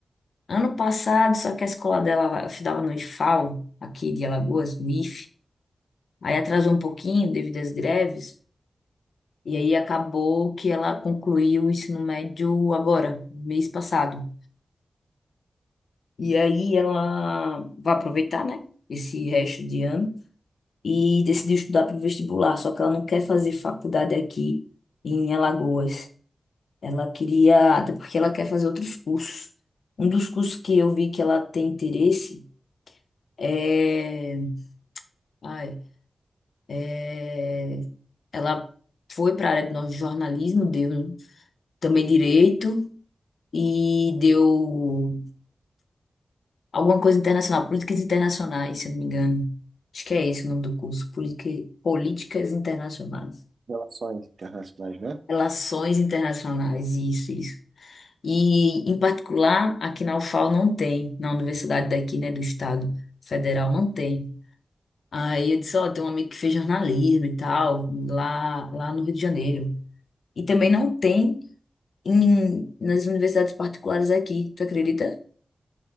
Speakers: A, on the left; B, on the right.
A: ano passado, só que a escola dela estudava no IFAL, aqui de Alagoas, no IF. Aí atrasou um pouquinho devido às greves, e aí acabou que ela concluiu o ensino médio agora, mês passado. E aí ela vai aproveitar, né? Esse resto de ano e decidiu estudar para o vestibular, só que ela não quer fazer faculdade aqui em Alagoas. Ela queria, até porque ela quer fazer outros cursos. Um dos cursos que eu vi que ela tem interesse é, ai, é, ela foi para a área de jornalismo, deu também direito e deu Alguma coisa internacional, políticas internacionais, se eu não me engano. Acho que é esse o nome do curso, politica- políticas internacionais.
B: Relações internacionais, né?
A: Relações internacionais, isso, isso. E, em particular, aqui na UFAL não tem, na universidade daqui, né, do Estado Federal, não tem. Aí eu disse, ó, tem um amigo que fez jornalismo e tal, lá, lá no Rio de Janeiro. E também não tem em, nas universidades particulares aqui, tu acredita?